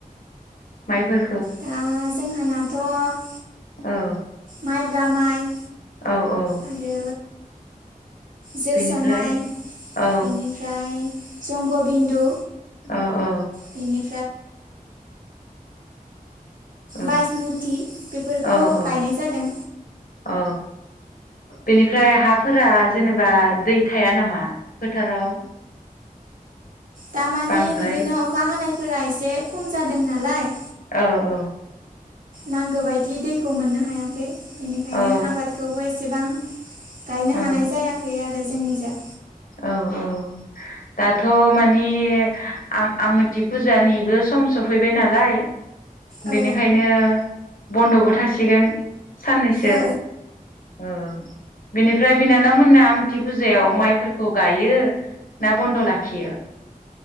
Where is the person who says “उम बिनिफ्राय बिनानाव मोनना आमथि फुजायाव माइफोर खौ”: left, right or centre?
Left